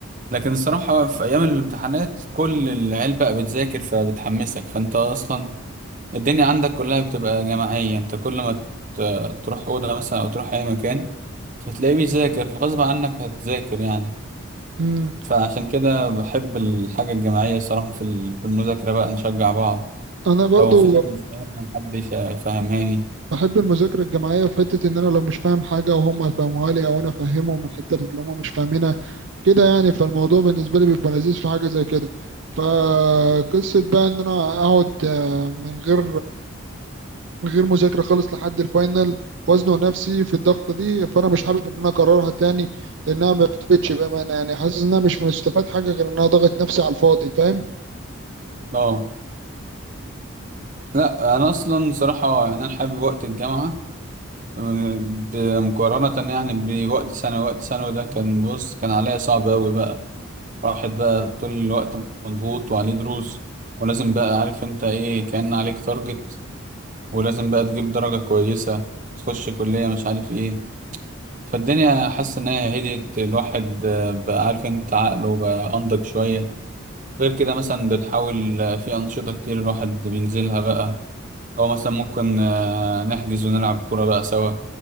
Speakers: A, on the right (about 35°); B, on the right (about 60°).
A: لكن الصراحه في ايام الامتحانات كل العيال بقى بتذاكر فبتحمسك فانت اصلا الدنيا عندك كلها بتبقى جماعيه انت كل ما ت- تروح اوضه مثلا او تروح اي مكان فتلاقيه بيذاكر فغصب عنك هتذاكر يعني
B: امم
A: فعشان كده بحب الحاجه الجماعيه الصراحه في ال- في المذاكره بقى نشجع بعض
B: انا برضو
A: لو في حاجه مش فاهمها حد يش- يفهمهاني
B: بحب المذاكرة الجماعية في حتة ان انا لو مش فاهم حاجة وهم يفهموها لي او انا افهمهم من الحتة اللي هم مش فاهمينها كده يعني فالموضوع بالنسبة لي بيبقى لذيذ في حاجة زي كده فقصة بقى ان انا اقعد آه، من غير من غير مذاكرة خالص لحد الفاينل وزنه نفسي في الضغطة دي فأنا مش حابب إن أنا أكررها تاني لأنها ما بتفيدش بأمانة يعني حاسس إن أنا مش مستفاد حاجة غير إن أنا ضغط نفسي على الفاضي فاهم؟
A: اه لا انا اصلا صراحه يعني انا حابب وقت الجامعه ب- مقارنه يعني بوقت ثانوي وقت ثانوي ده كان بص كان عليا صعب قوي بقى راحت بقى طول الوقت مضغوط وعليه دروس ولازم بقى عارف انت ايه كان عليك تارجت ولازم بقى تجيب درجه كويسه تخش كليه مش عارف ايه فالدنيا حاسس ان هي هديت الواحد آه، بقى عارف انت عقله بقى انضج شويه غير كده مثلا بنحاول آه، في انشطه كتير الواحد بينزلها بقى أو مثلا ممكن آه، نحجز ونلعب كورة بقى سوا